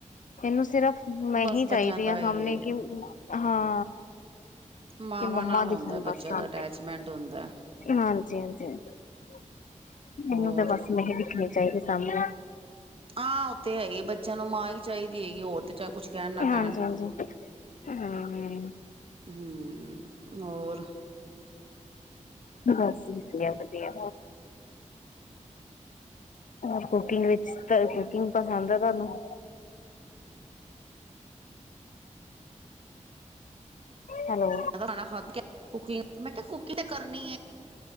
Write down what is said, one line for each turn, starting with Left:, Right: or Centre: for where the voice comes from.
Left: ਇਨੂੰ ਸਿਰਫ ਮੈਂ
Right: ਬਸ
Left: ਹੀ
Right: ਬੱਚਿਆਂ
Left: ਚਾਹੀਦੀ
Right: ਦਾ
Left: ਹਾਂ ਸਾਹਣੇ
Right: ਹੀ ਹੈ,
Left: ਕਿ ਹਾਂ।
Right: ਮਾਵਾਂ
Left: ਤੇ ਮੰਮਾ
Right: ਨਾਲ
Left: ਦਿਖਣ
Right: ਹੁੰਦਾ
Left: ਬਸ
Right: ਬੱਚਿਆਂ
Left: ਸੂੰ
Right: ਦਾ ਅਟੈਚਮੈਂਟ ਹੁੰਦਾ
Left: ਹਾਂਜੀ ਹਾਂਜੀ। ਇਹਨੂੰ
Right: ਹੋਰ
Left: ਤਾਂ ਬਸ ਨਹੀਂ ਦਿਖਣੀ ਚਾਹੀਦੀ ਸਮਣੇ।
Right: ਹਾਂ ਉਥੇ ਹੈ ਹੀ ਆ ਬੱਚਿਆਂ ਨੂੰ ਮਾਂ ਹੀ ਚਾਹੀਦੀ ਹੈਗੀ ਹੋਰ ਤੇ। ਚਾਹ ਕੁਛ ਕਹਿਣ ਨਾ ਕਹਿਣ
Left: ਹਾਂਜੀ ਹਾਂਜੀ ਹਮ
Right: ਹਮ। ਹੋਰ?
Left: ਬਸ ਵਧੀਆ ਵਧੀਆ। ਹੋਰ ਕੁਕਿੰਗ ਵਿੱਚ ਤਾਂ ਕੁਕਿੰਗ ਪਸੰਦ ਆ ਤੁਹਾਨੂੰ। <inaudible> ਹੈਲੋ
Right: ਖਾਣਾ ਖਾਦ ਕੇ ਕਕੀ ਮੈਂ ਕਿਹਾ ਕਕੀ ਤਾਂ ਕਰਨੀ।